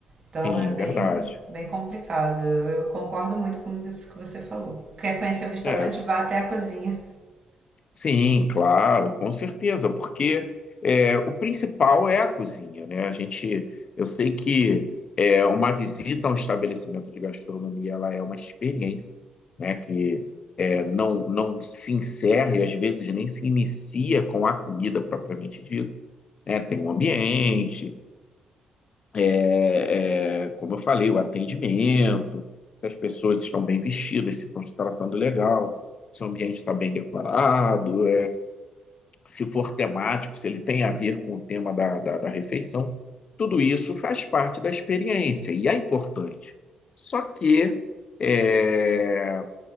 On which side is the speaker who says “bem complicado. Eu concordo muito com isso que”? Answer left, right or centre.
Right